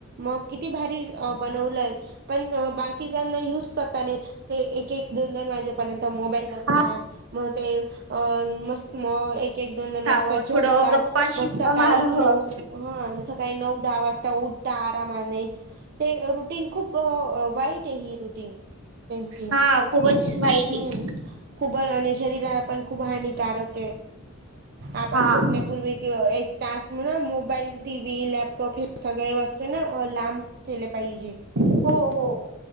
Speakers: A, on the right (about 45°); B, on the right (about 65°).
A: मग किती भारी बनवलं पण बाकी जना युज करता ये ते एक एक दोन दोन वाजेपर्यंत मोबाईल बघता
B: हा
A: मग ते अ मस्त मग एक एक दोन दोन वाजता
B: खावं
A: झोपता
B: थोडं गप्पा शिप्पा
A: मग सकाळी
B: मारावं.
A: नऊ ह सकाळी नऊ दहा वाजता उठता आरामाने ते रुटीन खूप वाईट आहे ही रुटीन त्यांची
B: हा खूपच वाईट
A: हम्म
B: आहे
A: खूप आणि शरीराला पण खूप हानिकारक आपण
B: हा.
A: झ पूर्वी कि एक तास म्ह मोबाईल टी व्ही लॅपटॉप हे सगळे वस्तू ना लांब केले पाहिजे
B: हो हो